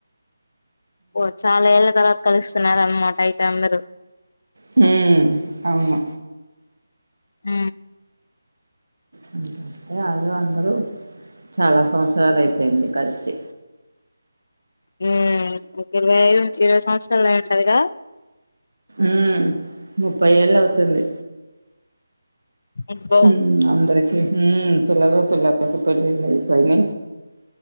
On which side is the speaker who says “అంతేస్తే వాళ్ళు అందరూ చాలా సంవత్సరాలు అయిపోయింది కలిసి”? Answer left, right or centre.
Right